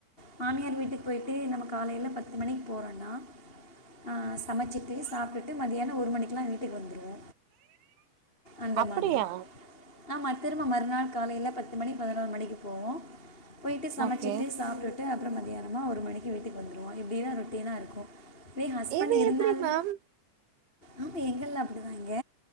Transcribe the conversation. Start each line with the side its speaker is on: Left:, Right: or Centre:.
Left: மாமியார் வீட்டுக்கு போயிட்டு நம்ம காலையில பத்து மணிக்கு போறோனா ஆ சமச்சிட்டு சாப்பிட்டுட்டு மதியியானோ ஒருமணிகெல்லா வீட்டுக்கு வந்துருவோ அந்த
Right: அப்படியா
Left: மாதிரி ஆமா திரும்ப மறுநாள் காலையையில பத்து மணி பதினொரு மணிக்கு போவோ போயிட்டு சம
Right: ஓகே
Left: சாப்டுட்டு அப்றோ மத்தியானமா ஒரு மணி வீட்டுக்கு வந்துடுவோ இப்டிதா ரொட்டினா இருக்கோ வே ஹஸ்பண்ட்
Right: இது
Left: இருந்தாலும்
Right: எப்டி மேம்
Left: ஆமா எங்கல்ல அப்பிடிதா இங்க